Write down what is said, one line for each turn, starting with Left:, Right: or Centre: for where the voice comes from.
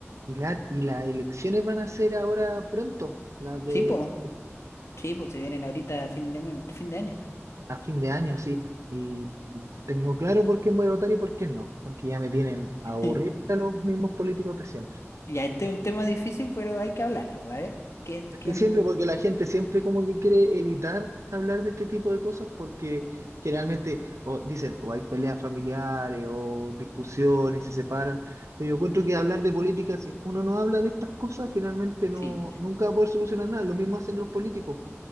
Right: Y, la- y las elecciones van a ser ahora pronto, las de
Left: Sí, po,
Right: Chile,
Left: sí, pues se vienen ahorita a fin de, mes- fin de año.
Right: a fin de año, sí. Y tengo claro por quién voy a votar y por qué no, porque ya me tienen
Left: <laughs>
Right: aburrido a los mismos políticos de siempre.
Left: Ya, este es un tema difícil, pero hay que hablarlo, pues, a ver. ¿Quién,
Right: Es
Left: quién?
Right: que siempre, porque la gente siempre como que quiere evitar hablar de este tipo de cosas, porque generalmente o dicen, o hay peleas familiares, o discusiones, se separan. Pero yo encuentro que hablar de política, si uno no habla de estas cosas, finalmente no,
Left: Sí,
Right: nunca va a poder solucionar nada. Lo mismo hacen los políticos.